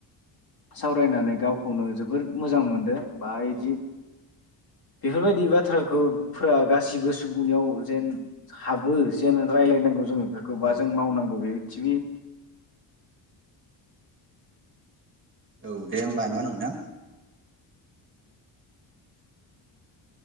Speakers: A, on the left; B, on the right.
A: सावरायनानै गावखौनो जोबोर मोजां मोनदों बायजि
B: औ
A: बेफोरबायदि बाथ्राखौ गासिबो सुबुंनियाव जेन हाबो जेन रायलायनांगौ जोङो बेखौबा
B: औ
A: जों मावनांगौ बे थिगैनो
B: औ दे होमबा नङा नोंथां